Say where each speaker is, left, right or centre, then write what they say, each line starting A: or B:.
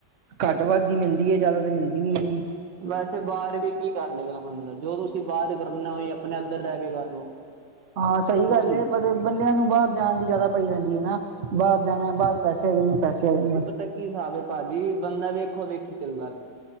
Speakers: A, on the right; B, on the right.
A: ਘੱਟ ਵੱਧ ਈ, ਮਿਲਦੀ ਏ, ਜ਼ਾਦਾ ਤੇ ਮਿਲਦੀ ਨੀ ਏਨੀ।
B: ਵੈਸੇ ਬਾਹਰ ਵੀ ਕੀ ਕਰ ਲੇ ਗਾ ਬੰਦਾ, ਜੋ ਤੁਸੀਂ ਬਾਰ ਕਰਨਾ, ਓਈ ਆਪਣੇ ਅੰਦਰ ਰੈ ਕੇ ਕਰ ਲਓ।
A: ਹਾਂ ਸਈ
B: ਕਿਉਂ
A: ਗੱਲ
B: ਜੀ
A: ਏ, ਪਰ ਬੰਦੇਆਂ ਨੂੰ ਬਾਰ ਜਾਣ ਦੀ ਜ਼ਾਦਾ ਪਈ ਰੇਂਦੀ ਹੈ ਨਾ। ਬਾਰ ਜਾਣਾ, ਬਾਰ ਪੈਸੇ ਹੈਗੇ ਨੇ, ਪੈਸੇ ਹੈਗੇ ਨੇ।
B: ਪਤਾਂ ਕੀ ਹਿਸਾਬ ਏ ਪਾਜੀ, ਬੰਦਾ ਵੇਖੋ -ਵੇਖੀ ਚੱਲਦਾ ਪੇਆ।